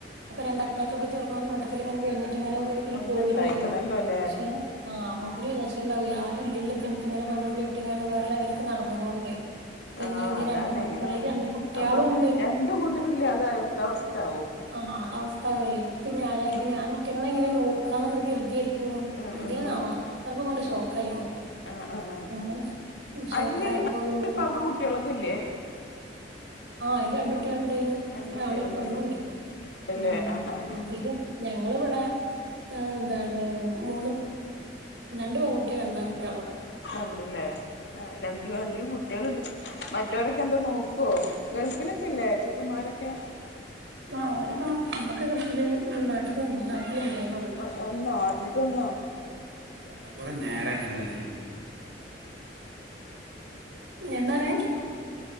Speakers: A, on the right (about 80°); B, on the left (about 70°).
A: ഒക്കെ രണ്ട് അറ്റാക്കൊക്കെ ചെറുമാതിരി മട്ടത്തിലിങ്ങനെ കഴിഞ്ഞിട്ട്ങ്ങനെ ഒര്തില്
B: മുന്നെണ്ടായിക്കണല്ലോല്ലേ
A: പോവന്നേന്നു. ഷെ ആ മുപ്പര് വിചാരിച്ച്ണ്ടാവൊ ആരും ഇല്ലല്ലോപ്പൻക്ക് ഇങ്ങനെ പെണ്ണും കെട്ടിങ്ങാണ്ട് വേറെ ലെവൽക്ക് നടന്നതോണ്ടേ.
B: ആഹ്
A: പ്പന്നീന്റെ
B: ആഹ് അതാണ്
A: രണ്ട് മക്കളേല്
B: ആഹ്
A: രണ്ട് കുട്ട്യാളുണ്ട്.
B: അപ്പൊ രണ്ട് കൂട്ടരും ഇല്ലാതായത്ത അവസ്ഥാവും
A: ആഹ് അവസ്ഥാവല്ലേ. ഇൻക്ക്ന്
B: ഉം
A: ആരാ അല്ലെങ്കി ഞാൻ ഈറ്റങ്ങളെങ്ങനെ നോ ക്കാന്നൊക്കെ കര്തിയാര്ക്കും.
B: ഉം
A: എന്തേന്നാവോ
B: ഉം ഉം
A: അത്രക്കും ങ്ങട്ട് ഷോക്കായി മൂപ്പര്.
B: ആഹ് ആഹ്
A: അങ്ങനെ ഷോക്കായപ്പോ
B: അയില്
A: പിന്നെ
B: ഇപ്പക കുട്ടികളൊക്കെ ഇല്ലേ
A: ആയി കുട്ട്യളിണ്ട്
B: രണ്ട്
A: ഒരാണു
B: കുട്ടികളുണ്ടല്ലേ
A: ഒരുപെണ്ണുണ്ട്
B: ഉണ്ടല്ലേ
A: ഉം
B: ആഹ് ആഹ്
A: <unintelligible> ഞ ങ്ങളിവടെ എന്താണ് മൂന്നും രണ്ട് പെൺകുട്ടിം രണ്ടാൺകുട്ട്യാളോണ്ട്.
B: ഒണ്ടല്ലേ ആ രണ്ട് രണ്ടിലും കുട്ട്യാളുണ്ട്. മറ്റവരൊക്കെ എന്താ നോക്കുവോ ഗൾഫിലൊക്കല്ലേ ചെക്കന്മാരൊക്കെ?
A: ആ അവരൊക്കെ നമ്മക്ക് കൃഷില് നാട്ട്ക്ക് വന്നേ നാ
B: വന്നോ അറിഞ്ഞിട്ട് വന്നോ
A: <inaudible> കുറേനേരയല്ല എന്താണ്?